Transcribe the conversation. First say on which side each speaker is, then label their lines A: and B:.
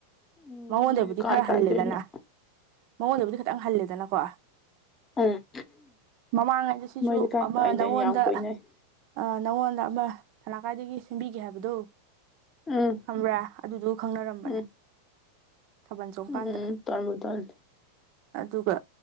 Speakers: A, on the left; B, on the right.
A: ꯎꯝ
B: ꯃꯉꯣꯟꯗꯕꯨꯗꯤ
A: ꯃꯣꯏꯗꯤ ꯀꯥꯏ
B: ꯈꯔ
A: ꯀꯥꯏꯗꯩꯅꯣ
B: ꯍꯜꯂꯦꯗꯅ ꯃꯉꯣꯟꯗꯕꯨꯗꯤ ꯈꯤꯇꯪ ꯍꯜꯂꯦꯗꯅꯀꯣ
A: ꯎꯝ
B: ꯃꯃꯥꯡꯉꯩꯗ ꯁꯤꯁꯨ
A: ꯃꯣꯏꯗꯤ ꯀꯥꯏ
B: ꯑꯃ
A: ꯀꯥꯏꯗꯩꯅꯣ
B: ꯅꯪꯉꯣꯟꯗ
A: ꯌꯥꯝ ꯀꯣꯏꯅꯩ
B: ꯑꯥ ꯅꯪꯉꯣꯟꯗ ꯑꯃ ꯊꯂꯥꯀꯥꯏꯗꯒꯤ ꯁꯦꯝꯕꯤꯒꯦ ꯍꯥꯏꯕꯗꯨ
A: ꯎꯝ
B: ꯈꯪꯕ꯭ꯔꯥ ꯑꯗꯨꯗꯨ ꯈꯪꯅꯔꯝꯕꯅꯦ
A: ꯎꯝ
B: ꯊꯥꯕꯜ ꯆꯣꯡꯀꯥꯟꯗ
A: ꯎꯝ ꯇꯟꯕꯨ ꯇꯟꯂꯤ
B: ꯑꯗꯨꯒ